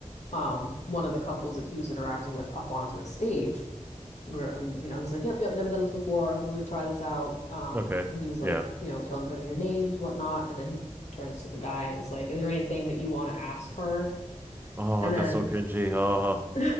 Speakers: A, on the left; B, on the right.
A: um one of the couples that he was interacting with up onto the stage we're and you know he's like yep yep never done this before we're gonna try this out um
B: Okay.
A: and he was like
B: Yeah.
A: you know tell everybody your names whatnot and then he turns to the guy and was like is there anything that you want to ask her
B: Oh,
A: and
B: that's
A: then
B: so cringy. Oh,
A: <laughs>